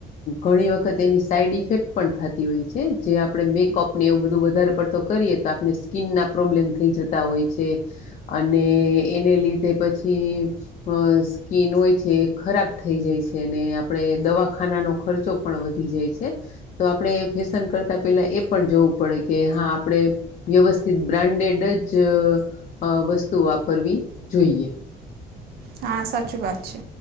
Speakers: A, on the left; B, on the right.
A: ઘણી વખત એની સાઈડ ઇફેક્ટ પણ થતી હોય છે જે આપણે મેકઅપને એવું બધું વધારે પડતો કરીએ તો આપણે સ્કીનના પ્રોબ્લેમ થઈ જત તા હોય છે અને એને લીધે પછી અ સ્કિન હોય છે એ ખરાબ થઈ જાય છે અને આપણે દવાખાનાનો ખર્ચો પણ વધી જાય છે. તો આપણે ફેશન કરતા પેલા એ પણ જોવું પડે કે હા આપડે વ્યવસ્થિત બ્રાન્ડેડ જ વસ્તુ વાપરવી જોઈએ.
B: હા સાચું વાત છે.